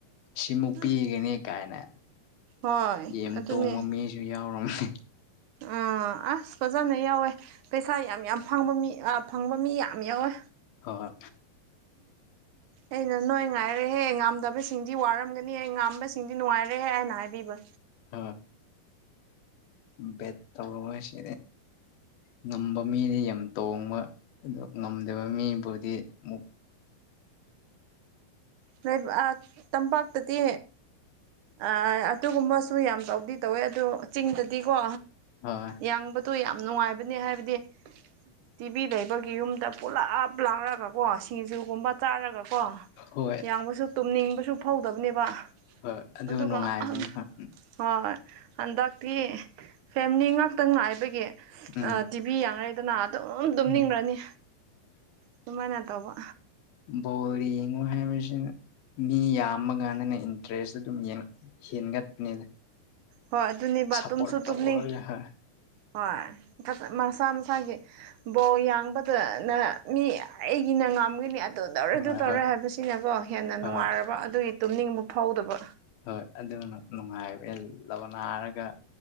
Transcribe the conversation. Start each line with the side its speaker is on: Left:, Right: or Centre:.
Left: ꯁꯤꯃꯨꯛ ꯄꯤꯒꯅꯤ
Right: ꯑꯁ
Left: ꯀꯥꯏꯅ
Right: ꯍꯣꯏ
Left: ꯌꯦꯦꯝ
Right: ꯑꯗꯨꯅꯦ
Left: ꯇꯣꯡꯕ ꯃꯤꯁꯨ ꯌꯥꯎꯔꯕꯝꯅꯦ
Right: ꯑꯥ ꯑꯁꯄ ꯖꯅ ꯌꯥꯎꯋꯦ ꯄꯩꯁꯥ ꯌꯥꯝ-ꯌꯥꯝ ꯐꯪꯕ ꯃꯤ ꯐꯪꯕ ꯃꯤ ꯌꯥꯝ ꯌꯥꯎꯋꯦ꯫
Left: ꯍꯣꯏ
Right: ꯑꯩꯅ ꯅꯣꯏ ꯉꯥꯏꯔꯦꯍꯦ ꯉꯥꯝꯗꯕ ꯁꯤꯡꯗꯤ ꯋꯥꯔꯝꯒꯅꯤꯍꯦ ꯉꯥꯝꯕ ꯁꯤꯡꯗꯤ ꯅꯨꯡꯉꯥꯏꯔꯦꯍꯦ ꯍꯥꯏꯅ ꯍꯥꯏꯕꯤꯕ꯫
Left: ꯍꯥꯥ ꯕꯦꯠ ꯇꯧꯔꯔꫭꯏ ꯁꯦ꯫ ꯉꯝꯕ ꯃꯤꯗꯤ ꯌꯥꯝ ꯇꯣꯡꯕ ꯑꯗꯨ ꯉꯝꯗꯕ ꯃꯤꯕꯨꯗꯤ ꯑꯃꯨꯛ
Right: ꯅꯣꯏ ꯑꯥ ꯇꯝꯄꯥꯛꯇꯗꯤ ꯑꯥ ꯑꯗꯨꯒꯨꯝꯕꯁꯨ ꯌꯥꯝ ꯇꯧꯗꯤ ꯇꯧꯋꯦ ꯑꯗꯨ ꯆꯤꯡꯗꯗꯤꯀꯣ
Left: ꯍꯣꯏ
Right: ꯌꯥꯡꯕ ꯇꯨ ꯌꯥꯝ ꯅꯨꯡꯉꯥꯏꯕꯅꯦ ꯍꯥꯏꯕꯗꯤ ꯇꯤꯚꯤ ꯂꯩꯕꯒꯤ ꯌꯨꯝꯗ ꯄꯨꯂꯥꯞ ꯂꯥꯡꯔꯒ ꯀꯣ ꯁꯤꯡꯖꯨꯒꯨꯝꯕ ꯆꯥꯔꯒ ꯀꯣ
Left: ꯍꯣꯏ
Right: ꯌꯥꯡꯕꯁꯨ ꯇꯨꯝꯅꯤꯡꯕꯁꯨ ꯐꯧꯗꯕꯅꯦꯕ꯫
Left: ꯍꯣꯏ ꯑꯗꯨ
Right: ꯑꯗꯨꯒ
Left: ꯅꯨꯡꯉꯥꯏꯕꯅꯤ
Right: ꯍꯝ
Left: ꯍꯣꯏ
Right: ꯍꫭꯏ-ꯍꫭꯏ꯫ ꯍꯟꯗꯛꯇꯤ ꯐꯦꯃꯤꯂꯤ ꯉꯥꯛꯇ ꯉꯥꯏꯕꯒꯤ
Left: ꯎꯝ
Right: ꯑ ꯇꯤꯚꯤ ꯌꯥꯡꯔꯩꯗꯅ꯫ ꯑꯗꯨꯝ ꯇꯨꯝꯅꯤꯡꯔꯅꯤ
Left: ꯎꯝ
Right: ꯑꯗꯨꯃꯥꯏꯅ ꯇꯧꯕ꯫
Left: ꯕꫭꯜ ꯌꯦꯡꯕ ꯍꯥꯏꯕꯁꯤꯅ ꯃꯤ ꯌꯥꯝꯃ ꯀꯥꯟꯗꯅ ꯏꯟꯇꯔꯦꯁ ꯑꯗꯨꯝ ꯍꯦꯟꯒꯠꯄꯅꯤꯗ꯫
Right: ꯍꯣꯏ ꯑꯗꯨꯅꯤꯕ
Left: ꯁꯞꯄꯣꯔꯠ
Right: ꯇꯨꯝꯁꯨ
Left: ꯇꯧꯔꯒ
Right: ꯇꯨꯝꯅꯤꯡ
Left: ꯍꯣꯏ
Right: ꯍꯣꯏ ꯃꯁꯥ ꯃꯁꯥꯒꯤ ꯕꯣꯜ ꯌꯥꯡꯕꯗꯅ ꯃꯤ ꯑꯩꯒꯤ ꯅ ꯉꯝꯒꯅꯤ ꯑ ꯗꯨꯅ
Left: ꯍꯣꯏ
Right: ꯑꯗꯨ ꯇꯧꯔꯦ
Left: ꯍꯣꯏ
Right: ꯍꯥꯏꯕꯁꯤꯅꯀꯣ ꯍꯦꯟꯅ
Left: ꯍꯣꯏ
Right: ꯅꯨꯡꯉꯥꯏꯔꯕ ꯑꯗꯨꯒꯤ ꯇꯨꯝꯅꯤꯡꯕ ꯐꯥꯎꯗꯕ꯫
Left: ꯍꯣꯏ ꯑꯗꯨ ꯅꯨꯡꯉꯥꯏꯕ ꯂꯧꯅꯥꯔꯒ